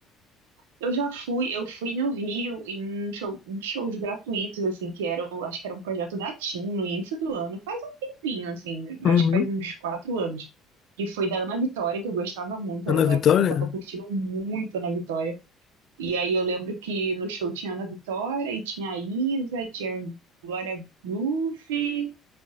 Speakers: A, on the right; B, on the left.
A: Eu já fui, eu fui no Rio em, um show- em shows gratuitos, assim, que era, o- acho que era um projeto da TIM no início do ano, faz um tempinho, assim,
B: Uhum.
A: acho que faz uns quatro anos. E foi da Ana Vitória, que eu gostava muito,
B: Ana
A: era uma
B: Vitória?
A: época que eu tava curtindo muito Ana Vitória. E aí eu lembro que no show tinha Ana Vitória, e tinha a Isa, e tinha Glória Groove,